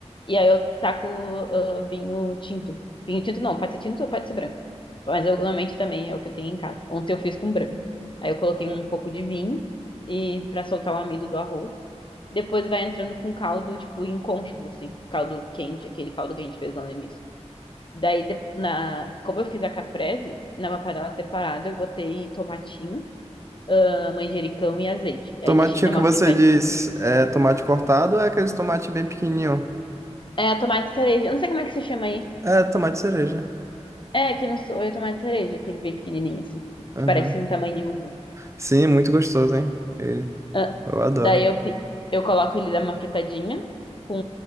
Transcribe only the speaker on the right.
Tomatinho
que você
diz é tomate cortado ou é aqueles tomate bem pequenininho?
É, tomate cereja.
Aham.
Sim, muito gostoso, hein? Ele.
Eu adoro.